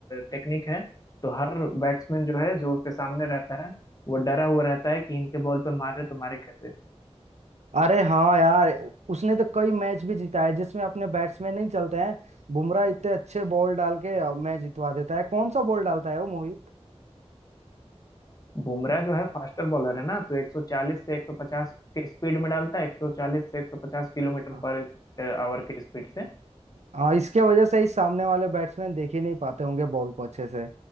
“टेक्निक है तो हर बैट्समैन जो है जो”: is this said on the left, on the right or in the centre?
Left